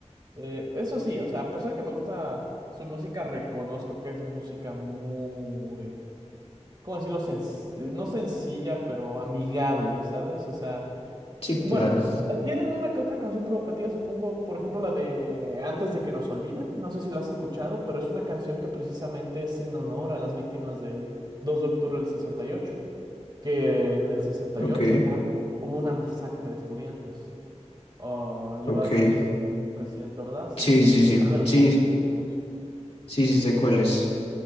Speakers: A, on the right; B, on the left.
A: Eh, eso sí, o sea, a pesar de que me gusta su música, reconozco que es música muy, ¿cómo decirlo? Senc- eh, no sencilla, pero amigable, ¿sabes? O sea,
B: sí,
A: bueno,
B: claro.
A: eh, tienen una que otra canción provocativa, supongo, por ejemplo, la de Antes de que nos olviden, no sé si la has escuchado, pero es una canción que precisamente es en honor a las víctimas del dos de octubre del sesenta y ocho que en el 68
B: Ok,
A: acá hubo una masacre de estudiantes ah, llevada
B: ok.
A: a cabo el presidente Ordaz
B: Sí,
A: en
B: sí, sí,
A: de los
B: sí,
A: Juegos Olímpicos.
B: sí, sí sé cuál es.